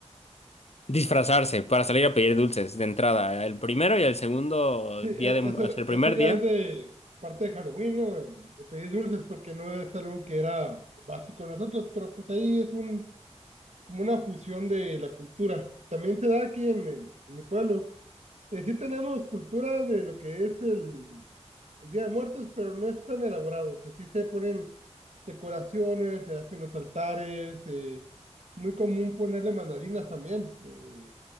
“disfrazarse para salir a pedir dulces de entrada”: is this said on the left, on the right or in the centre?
Left